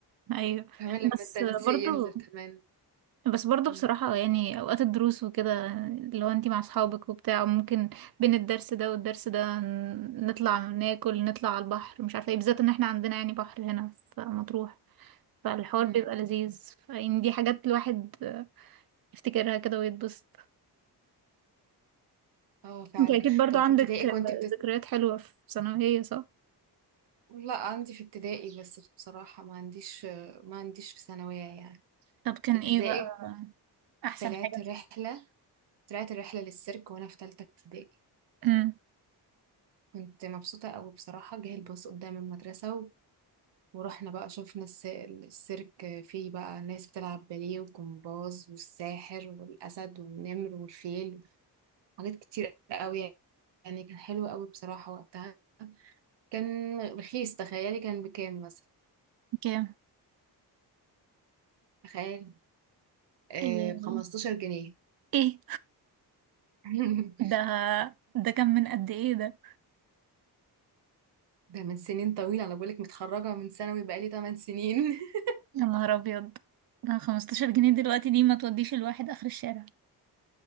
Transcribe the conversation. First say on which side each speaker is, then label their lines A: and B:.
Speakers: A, on the right (about 60°); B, on the right (about 85°).
A: أيوه
B: كمان لما
A: بس
B: التنسيق
A: آه، برضو
B: ينزل كمان
A: بس برضو
B: مم.
A: بصراحة يعني أوقات الدروس وكده لو انتي مع أصحابك وبتاع ممكن بين الدرس ده والدرس ده ن- نطلع ناكل نطلع على البحر مش عارفة ايه بالذات ان احنا عندنا يعني بحر هنا في مطروح فالحوار
B: مم.
A: بيبقى لذيذ يعني دي حاجات الواحد آه، يفتكرها كده ويتبسط
B: اه فعلا
A: انت اكيد برضو
B: طب
A: عندك
B: في ابتدائي
A: آه،
B: كنت بتت...
A: ذكريات حلوة في ثانوية صح؟
B: لا عندي في ابتدائي بس بصراحة ما عنديش ما عنديش في ثانوية يعني
A: طب كان
B: في ابتدائي
A: ايه بقى احسن
B: طلعت
A: حاجة
B: رحلة طلعت الرحلة للسيرك وأنا في تالتة ابتدائي
A: امم
B: كنت مبسوطة أوي بصراحة جه الباص قدام المدرسة و... ورحنا بقى شفنا الس... السيرك فيه بقى ناس بتلعب باليه وجمباز والساحر والأسد والنمر والفيل حاجات كتير أوي يعني كان حلو أوي بصراحة وقتها كان رخيص تخيلي كان بكام مثلا
A: كام
B: تخيل آه
A: ايه
B: بخمستاشر جنيه
A: ايه
B: <laughs>
A: ده ده كان من قد ايه ده
B: ده من سنين طويلة أنا بقولك متخرجة من ثانوي بقالي 8 سنين <laughs>
A: يا نهار ابيض ده 15 جنيه دلوقتي دي ما توديش الواحد اخر الشارع